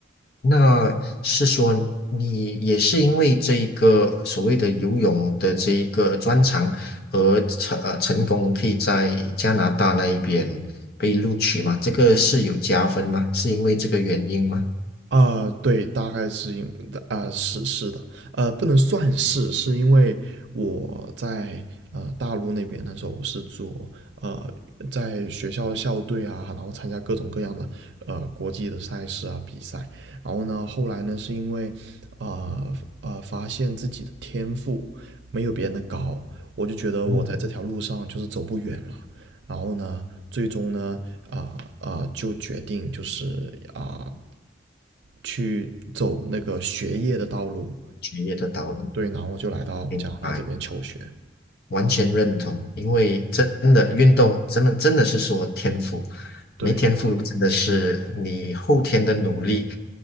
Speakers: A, on the left; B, on the right.
A: 那是说你也是因为这一个所谓的游泳的这一个专长而成呃成功可以在加拿大那一边被录取吗？这个是有加分吗？是因为这个原因吗？
B: 啊，对，大概是因啊，是是的，呃，不能算是，是因为我在呃大陆那边那时候是做呃在学校的校队啊，然后参加各种各样的呃国际的赛事啊比赛，然后呢，后来呢是因为啊呃，呃发现自己的天赋没有别人的高，我就觉得我在这条路上就是走不远了，
A: 嗯，
B: 然后呢，最终呢，啊、啊、呃呃就决定就是啊、呃去走那个学业的道路，
A: 学业的道路，
B: 对，然后就来到加拿大这边求学，
A: 明白。完全认同，因为真的运动，真的真的是说天赋，
B: 对，
A: 没天赋真的是你后天的努力，